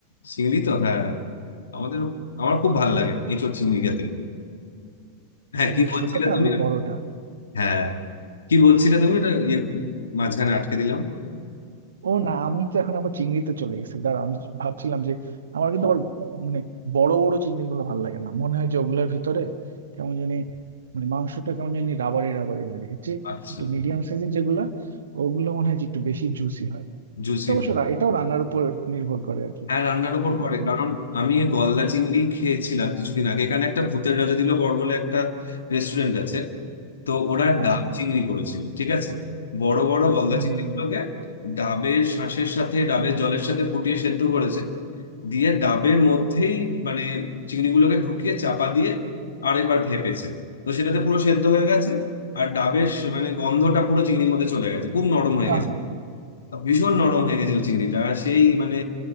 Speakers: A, on the left (about 70°); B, on the right (about 65°).
A: চিংড়ি তো হ্যাঁ আমাদের আমার খুব ভালো লাগে এঁচোড় চিংড়ি খেতে হ্যাঁ কি
B: যে
A: বলছিলে
B: ছোটটা
A: তুমি
B: না বড়টা
A: হ্যাঁ কি বলছিলে তুমি ওটা ইয়ে মাঝখানে আটকে দিলাম
B: ও না আমি তো এখন আবার চিংড়িতে চলে গেছি দাঁড়া আমি ভাবছিলাম যে আমার কিন্তু আবার আহ, মানে বড় বড় চিংড়ি গুলো ভালো লাগে না মনে হয় যে ওগুলোর ভিতরে কেমন জানি মানে মাংসটা কেমন জানি রাবারি রাবারি লাগে এর চেয়ে
A: আচ্ছা
B: একটু মিডিয়াম সাইজের যেগুলা ওগুলো মনে হয় যে একটু বেশি জুসি হয়
A: জুসি
B: এটা অবশ্য
A: হয়
B: রা- এটাও রান্নার উপর নির্ভর করে আর কি
A: হ্যাঁ রান্নার ওপর
B: কে
A: পড়ে
B: কত
A: কারণ আমি এই গলদা চিংড়ি খেয়েছিলাম কিছুদিন আগে এখানে একটা ভূতের রাজা দিল বড় বলে একটা রেস্টুরেন্ট আছে তো ওরা
B: আচ্ছা
A: ডাব চিংড়ি করেছিল ঠিক আছে বড় বড় গলদা
B: হম
A: চিংড়িগুলোকে ডাবের শাঁসের সাথে ডাবের জলের সাথে ফুটিয়ে সেদ্ধ করেছে দিয়ে ডাবের মধ্যেই মানে চিংড়িগুলোকে ঢুকিয়ে চাপা দিয়ে আর একবার ভেপেছে তো সেটাতে পুরো সেদ্ধ হয়ে গেছে আর ডাবের স- মানে গন্ধটা পুরো চিংড়ির মধ্যে চলে গেছে খুব নরম হয়ে
B: আহা
A: গেছে আর ভীষণ নরম হয়ে গেছিল চিংড়িটা আর সেই মানে